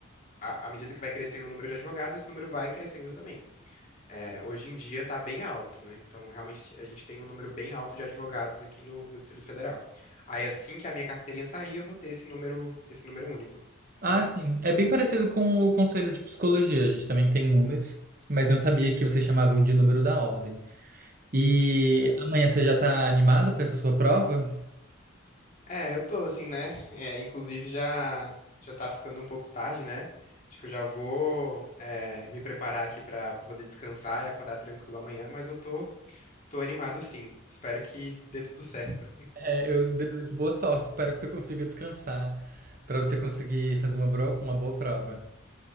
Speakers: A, on the left; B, on the right.
A: a- à medida que vai crescendo o número de advogados, esse número vai crescendo também. É, hoje em dia está bem alto, né? Então, realmente, a gente tem um número bem alto de advogados aqui no, no Distrito Federal. Aí, assim que a minha carteirinha sair, eu vou ter esse número, esse número único, sabe?
B: Ah, sim. É bem parecido com o conselho de psicologia. A gente também tem números, mas não sabia que vocês chamavam de número da ordem. E
A: É,
B: amanhã você já está animado para essa sua prova?
A: É, eu tô assim, né? É, inclusive, já já tá ficando um pouco tarde, né? Acho que eu já vou é, me preparar aqui para poder descansar e acordar tranquilo amanhã, mas eu tô, tô animado sim. Espero que dê tudo certo.
B: É, eu desejo boa sorte. Espero que você consiga descansar para você conseguir fazer uma, bro- uma boa prova.